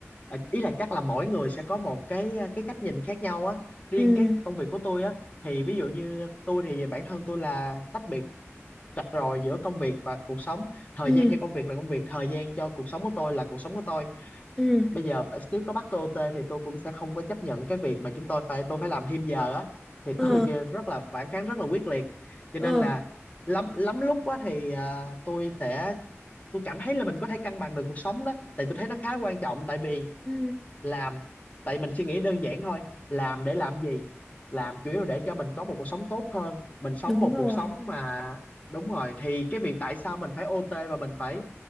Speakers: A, on the left (about 30°); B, in the centre.
A: ờ, ý là chắc là mỗi người sẽ có một cái ờ, cái cách nhìn khác nhau á. Riêng
B: ừ
A: cái công việc của tôi á thì ví dụ như tôi thì bản thân tôi là tách biệt rạch ròi giữa công việc và cuộc sống. Thời
B: ừ
A: gian cho công việc là công việc, thời gian cho cuộc sống của tôi là cuộc sống của tôi
B: ừ
A: bây giờ bà- sếp có bắt tôi OT thì tôi cũng sẽ không có chấp nhận cái việc mà chúng tôi phải tôi phải làm thêm giờ á thì
B: ờ
A: tôi <laughs> kia rất là phản kháng rất là quyết liệt cho
B: ờ
A: nên là lắm lắm lúc á thì à, tôi sẽ tôi cảm thấy là mình có thể cân bằng được cuộc sống đó tại tôi thấy nó khá quan trọng tại vì
B: ừ
A: làm tại mình suy nghĩ đơn giản thôi làm để làm gì làm chủ yếu để cho mình có một cuộc sống tốt hơn mình sống
B: đúng
A: một cuộc
B: rồi
A: sống mà đúng rồi thì cái việc tại sao mình phải OT và mình phải